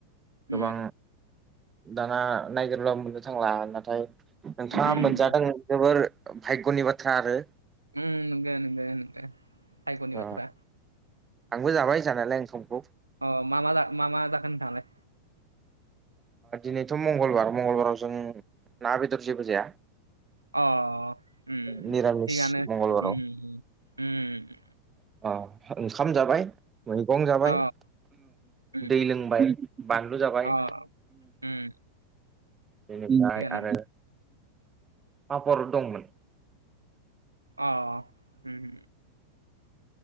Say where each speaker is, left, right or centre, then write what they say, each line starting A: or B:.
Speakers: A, on the right (about 85°); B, on the right (about 20°).
A: उम
B: गोबां दाना नायगिरब्ला मोननो थांला नाथाय नोंथाङा
A: उम नंगौ
B: मोनजादों जोबोर भायग'नि बाथ्रा आरो
A: ओम नोंगो नोंगो भायगनि
B: ओ
A: बाथ्रा
B: आंबो जाबाय जानायालाय ओंखामखौ ओ
A: अ मा मा मा मा जाखो नोंथाङालाय
B: दिनैथ' मंगलबार मंगलबाराव जों ना बेदर जेबो जाया
A: अ ओम ओम
B: निरामिस
A: थिखानो ओम
B: मंगलबाराव
A: ओम ओम
B: ओंखाम जाबाय मैगं जाबाय
A: अ उम
B: दै लोंबाय बानलु जाबाय
A: अ <unintelligible>
B: बेनिफ्राय
A: थिगानो
B: आरो पापर दंमोन
A: अ ओम ओम